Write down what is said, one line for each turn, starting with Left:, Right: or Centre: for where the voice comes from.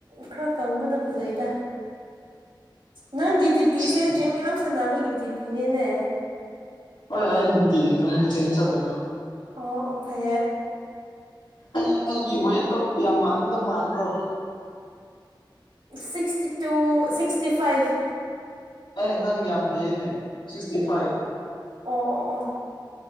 Right: ꯈꯔ ꯀꯪꯕꯅ ꯐꯖꯩꯗ ꯅꯪꯒꯤ ꯖꯤꯄꯤꯁꯦ
Left: ꯑꯁ
Right: ꯖꯦꯝ ꯌꯥꯝ ꯁꯥꯟꯅꯕꯒꯤ ꯖꯤꯄꯤꯅꯦꯅꯦ
Left: ꯍ ꯅꯅꯨꯡ ꯆꯜꯂꯦ
Right: ꯑꯣ ꯑꯣ ꯐꯦ
Left: ꯑꯩ ꯑꯩꯒꯤ ꯋꯦꯠꯇꯣ ꯀꯌꯥꯝ ꯃꯥꯡꯒꯗꯕ ꯃꯥꯟꯕ꯭ꯔꯣ
Right: ꯁꯤꯛꯁꯇꯤ ꯇꯨ ꯁꯤꯛꯁꯇꯤ ꯐꯥꯏꯚ
Left: ꯑꯦ ꯅꯪ ꯌꯥꯝ ꯍꯩꯌꯦꯅꯦ ꯁꯤꯛꯁꯇꯤ ꯐꯥꯏꯚ
Right: ꯑꯣ ꯑꯣ ꯑꯣ